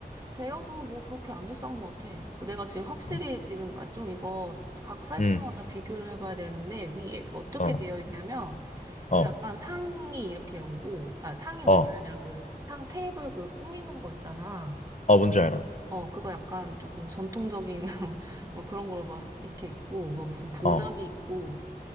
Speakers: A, on the right; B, on the left.
A: 대여도 뭐 그렇게 안 비싼 것 같아. 그 내가 지금 확실히
B: 어,
A: 지금 아 좀 이거 각 사이트마다
B: 음,
A: 비교를 해봐야 되는데 위에 그 어떻게
B: 어,
A: 되어 있냐면
B: 어,
A: 그 약간 상이 이렇게 오고 아 상이 오는
B: 어,
A: 게 아니라 그 상 테이블 그 꾸미는 거 있잖아.
B: 어, 뭔지 알아.
A: 어 그거 약간 조금 전통적인 <laughs> 뭐 그런 걸로 막 이렇게 있고 막 무슨 보자기
B: 어,
A: 있고